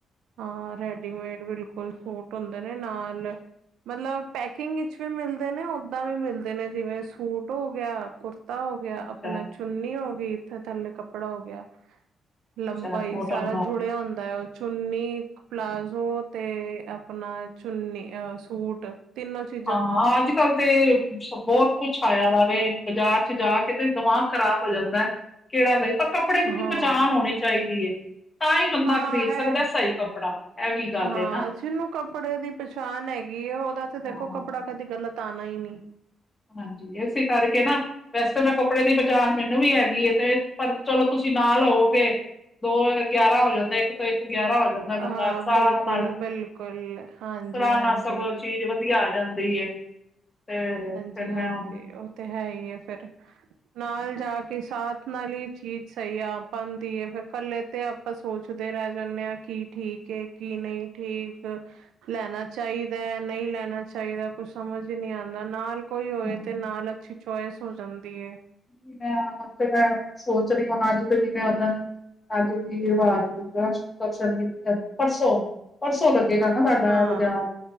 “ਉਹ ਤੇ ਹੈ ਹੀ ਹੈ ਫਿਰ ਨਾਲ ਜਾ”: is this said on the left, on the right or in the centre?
Right